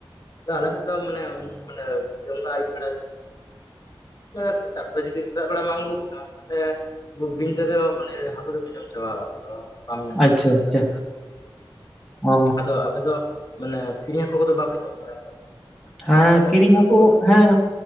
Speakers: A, on the left; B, in the centre.
A: ᱟᱞᱮ ᱥᱮᱫ ᱫᱚ ᱢᱟᱱᱮ ᱢᱟᱱᱮ <unintelligible> ᱟᱭᱩᱵ ᱵᱮᱲᱟ <unintelligible> ᱡᱩᱫᱤ ᱥᱮᱛᱟᱜ ᱵᱮᱲᱟ ᱵᱟᱢ ᱟᱹᱜᱩ ᱠᱚ ᱛᱟᱦᱞᱮ <unintelligible> ᱵᱤᱧ <unintelligible> ᱢᱟᱱ ᱦᱟᱠᱳ ᱫᱚᱯᱚ ᱡᱚᱢ <unintelligible> ᱵᱟᱢ ᱧᱟᱢ
B: ᱟᱪᱪᱷᱟ
A: ᱠᱚᱣᱟ ᱥᱮᱛᱟᱜ
B: ᱟᱪᱪᱷᱟ
A: ᱵᱮᱲᱟ
B: ᱚ᱾
A: ᱟᱫᱚ ᱟᱯᱮ ᱫᱚ ᱢᱟᱱᱮ ᱠᱤᱨᱤᱧ ᱦᱟᱹᱠᱩ ᱠᱚᱫᱚ ᱵᱟᱯᱮ ᱡᱚᱢ ᱵᱟᱲᱟ ᱠᱚᱣᱟ ᱡᱮᱢᱚᱱ
B: ᱦᱮᱸ
A: ᱵᱟᱡᱟᱨ
B: ᱠᱤᱨᱤᱧ
A: ᱠᱚᱨᱮᱱ
B: ᱦᱟᱹᱠᱳ
A: ᱦᱟᱹᱠᱩ ᱠᱚᱫᱚ
B: ᱦᱮᱸ